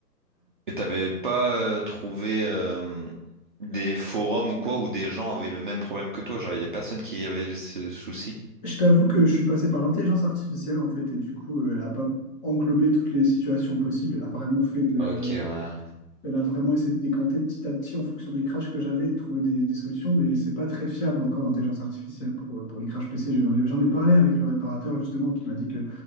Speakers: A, on the right (about 35°); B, on the left (about 25°).
A: Et t'avais pas euh, trouvé euh, des forums ou quoi où des gens avaient le même problème que toi, genre il y avait personne qui avait ce souci.
B: Je t'avoue que je suis passé par l'intelligence artificielle en fait, et du coup, euh, elle n'a pas englobé toutes les situations possibles. Elle a vraiment fait de la-
A: Ok, ouais.
B: Elle a vraiment essayé de décanter petit à petit en fonction des crashs que j'avais et de trouver des, des solutions, mais c'est pas très fiable encore l'intelligence artificielle pour, euh, pour les crashs PC. J'en ai, j'en ai parlé avec le réparateur justement qui m'a dit que